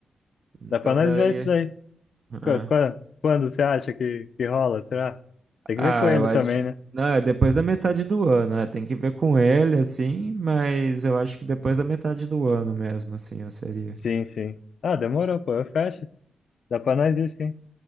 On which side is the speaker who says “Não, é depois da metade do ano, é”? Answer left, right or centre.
Right